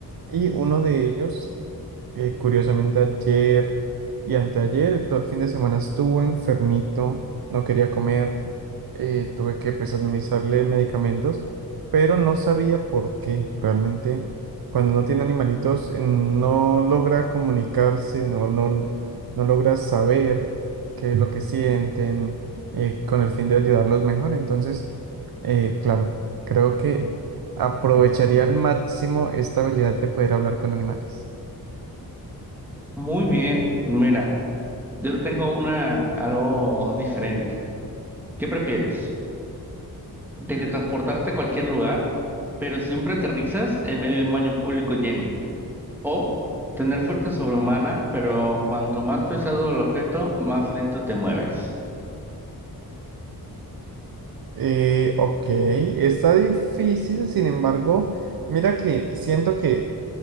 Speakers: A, on the right; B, in the centre.
A: y uno de ellos eh, curiosamente ayer y anteayer, todo el fin de semana estuvo enfermito, no quería comer, eh, tuve que pues administrarle medicamentos, pero no sabía por qué. Realmente cuando uno tiene animalitos eh, no logra comunicarse, no, no, no logra saber qué es lo que sienten eh, con el fin de ayudarlos mejor. Entonces, eh, claro, creo que aprovecharía al máximo esta habilidad de poder hablar con animales.
B: Muy bien, pues mira, yo te tengo una algo diferente. ¿Qué prefieres? Teletransportarte a cualquier lugar, pero siempre aterrizas en medio de un baño público lleno. O tener fuerza sobrehumana, pero cuanto más pesado el objeto, más lento te mueves.
A: Eh, ok, está difícil, sin embargo, mira que siento que